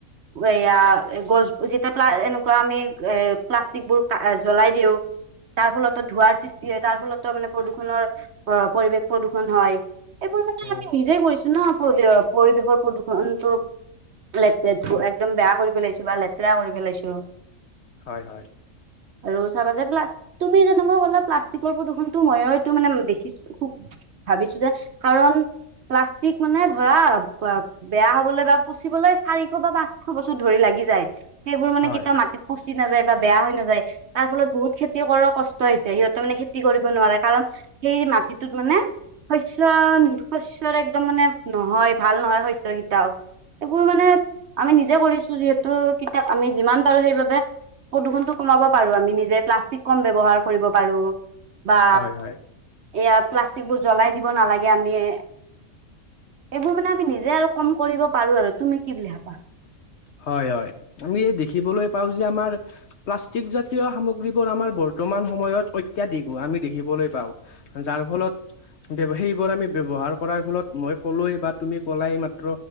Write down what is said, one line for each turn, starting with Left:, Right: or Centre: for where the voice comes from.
Right: এয়া গছ যেতিয়া প্লাএনেকুৱা আমি এ প্লাষ্টিকবোৰ জ্বলাই দিওঁ। তাৰ ফলতো ধোঁৱাৰ সৃষ্টি হয় তাৰ ফলতো মানে প্ৰদূষণৰ অ পৰিৱেশ প্ৰদূষণ হয়। এইবোৰ মানে
Left: উম
Right: আমি নিজেই কৰিছো ন পৰিবেশৰ প্ৰদূষণতটো। লেতেৰাটো একদম বেয়া কৰি পেলাইছো বা লেতেৰা কৰি পেলাইছো।
Left: হয় হয়।
Right: আৰু চাবা যে পা তুমি যেকুৱাল প্লা। তিকৰ প্ৰদূষণটো মই এইটো মানে দেখিছো খুব ভাবিছো যে কাৰণ, প্লাষ্টিক মানে ধৰা অ বেয়া হবলৈ বা পুচিবলৈ চাৰিশ বা পাঁচশ বছৰ ধৰি লাগে। সেইবোৰ মানে
Left: হয়
Right: কেতিয়া মাটিত, পচি নাযায় বা বেয়া হৈ নাযায় তাৰ ফলত বহুত খেতি কৰ কষ্ট হৈছে সিহঁতে মানে খে। কৰিব নোৱাৰে কাৰণ সেই মাটিটোত মানে, শস্য শস্যয়ৰ একদম মানে নহয়। ভাল নহয় শস্য কেইটাও। এইবোৰ মানে আমি নিজে কৰিছো যিহেতু কেতিয়া আমি যিমান পাৰো সেইবাবে, প্ৰদূষনটো কমাব পাৰো আমি নিজে প্লাষ্টিক কম ব্যৱহাৰ কৰিব পাৰো। বা
Left: হয় হয়।
Right: এয়া প্লাষ্টিক বোৰ জ্বলাই দিব নালাগে, আমি এইবোৰ মানে আমি নিজে আৰু কম কৰিব পাৰো আৰু তুমি কি বুলি ভাবা।
Left: হয় হয় আমি দেখিবলৈ পাও যে আমাৰ প্লাষ্টিক জাতীয় সামগ্ৰীবোৰ আমাৰ বৰ্তমান। বৰ্তমান সময়ত অত্যাধিকো আমি দেখিবলৈ পাওঁ যাৰ ফলত সেইবোৰ আমি ব্যৱহাৰ কৰাৰ ফলত মই ক'লোৱৱ বা তুমি ক'লাই মাত্ৰ